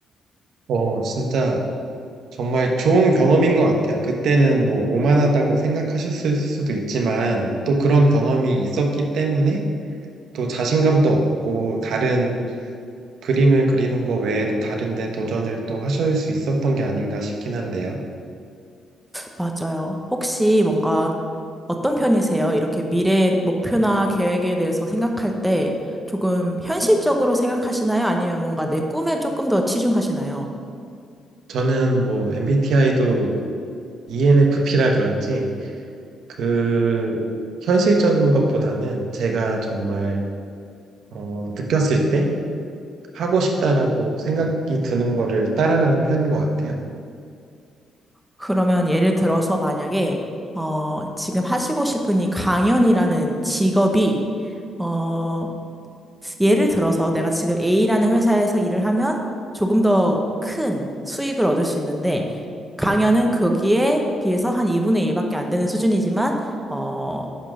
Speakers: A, on the right; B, in the centre.
A: 어, 진짜 정말 좋은 경험인 것 같아요. 그때는 뭐 오만하다고 생각하셨을 수도 있지만 또 그런 경험이 있었기 때문에 또 자신감도 얻고 다른 그림을 그리는 거 외에도 다른 데 도전을 또 하실 수 있었던 게 아닌가 싶긴 한데요.
B: 맞아요. 혹시 뭔가 어떤 편이세요? 이렇게 미래의 목표나 계획에 대해서 생각할 때 조금 현실적으로 생각하시나요? 아니면 뭔가 내 꿈에 조금 더 치중하시나요?
A: 저는 뭐 MBTI도 ENFP라 그런지 그 현실적인 것보다는 제가 정말 어, 느꼈을 때 하고 싶다라고 생각이 드는 거를 따라가는 편인 것 같아요.
B: 그러면 예를 들어서 만약에, 어, 지금 하시고 싶은 이 강연이라는 직업이, 어, 예를 들어서 내가 지금 A라는 회사에서 일을 하면 조금 더 큰 수익을 얻을 수 있는데 강연은 거기에 비해서 한 2분의 1밖에 안 되는 수준이지만 어